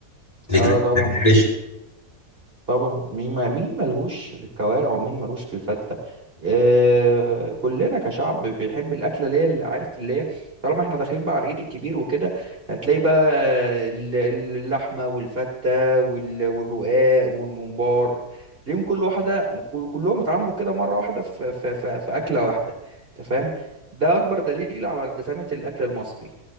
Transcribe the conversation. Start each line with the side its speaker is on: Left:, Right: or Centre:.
Left: ليك
Right: اه
Left: ليك
Right: طبعا
Left: في الكرش
Right: بحب. طبعا مين ما مين ملهوش في الكوارع ومين ملهوش في الفتة آه كلنا كشعب بيحب الاكله اللي هي اللي عارف اللي هي طالما احنا داخلين بقى على العيد الكبير وكده هتلاقي بقى ال- ال- اللحمه والفته وال- والرقاق والممبار تلاقيهم كل واحده كل- كلهم اتعاملوا كده مره واحده في في في, في اكله واحده انت فاهم ده اكبر دليل على دسامه الاكل المصري